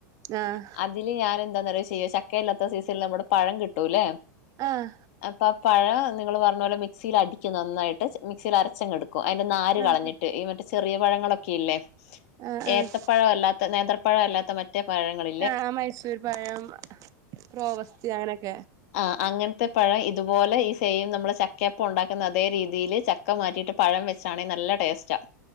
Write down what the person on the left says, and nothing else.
അതില് ഞാൻ എന്താനാ ചെയെന്ന് അറിയുവോ ചെയ്യ ചക്കയില്ലാത്ത സീസണില് നമ്മുടെ പഴം കിട്ടുംല്ലേ..
അപ്പൊ ആ പഴ നിങ്ങള്ൾ പറഞ്ഞ പോലെ മിക്സിൽ അടിക്കും നന്നായിട്ട്.. മിക്സിൽ അരച്ചങ്ങടുക്കും അതിന്റെ നാാര്
കളഞ്ഞിട്ട്ഈ മറ്റേ ചെറിയ പഴങ്ങളൊക്കെ ഇല്ലേ..
ഏത്തപ്പഴമല്ലാത്ത നേത്രപ്പഴല്ലാത്ത മറ്റേ പഴങ്ങളിൽ..
ആഹ അങ്ങനത്തെ പഴം ഇതുപോലെ ഈ സെയിം നമ്മള് ചക്കയപ്പ ഉണ്ടാക്കുന്ന അതേ രീതിൽ ചക്ക്.. ഒക്കെ മാറ്റിയി്ട്ട് പഴം വെച്ചാെങ്കിൽ നല്ല ടേസ്റ്റാ..